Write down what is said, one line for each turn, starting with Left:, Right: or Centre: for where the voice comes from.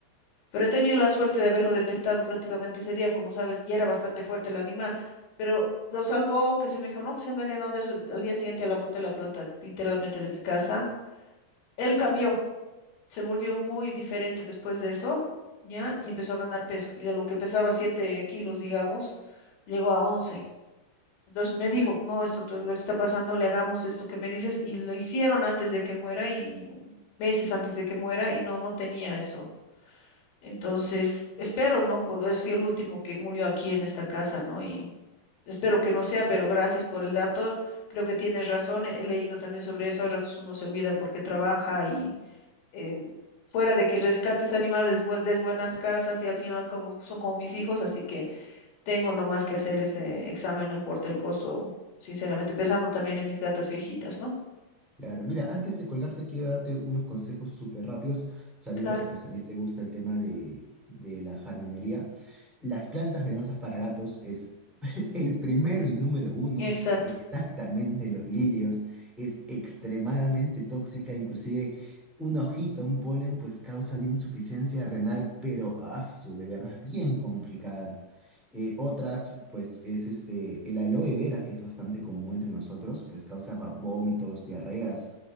Left: Pero he tenido la suerte de haberlo detectado prácticamente ese día, como sabes, ya era bastante fuerte el animal, pero lo salvó que se me dijo, no, pues se ha envenenado de eso. Al día siguiente la boté la planta literalmente de mi casa. Él cambió se volvió muy diferente después de eso, ¿ya? Y empezó a ganar peso. Y de lo que pesaba 7 kilos, digamos, llegó a once Entonces me dijo, no, esto todo lo que está pasando, le hagamos esto que me dices. Y lo hicieron antes de que muera y meses antes de que muera y no, no tenía eso. Entonces, espero, ¿no? pues es el último que murió aquí en esta casa, ¿no? Y espero que no sea, pero gracias por el dato. Creo que tienes razón. He he leído también sobre eso. A ratos uno se olvida porque trabaja y eh, fuera de que rescates animales, bu- des buenas casas y al final como son como mis hijos, así que tengo nomás que hacer ese examen, no importa el costo, sinceramente, pensando también en mis gatas viejitas, ¿no?
Centre: Claro, mira, antes de colgarte quiero darte unos consejos súper rápidos, sabiendo
Left: Claro,
Centre: que pues también te gusta el tema de, de la jardinería. Las plantas venenosas para gatos es <laughs> el primero y número uno,
Left: exacto.
Centre: exactamente los lirios, es extremadamente tóxica, inclusive una hojita, un polen, pues causan insuficiencia renal, pero ah, su de verdad es bien complicada. Eh, otras, pues, es este, el aloe vera, que es bastante común entre nosotros, pues causa va- vómitos, diarreas.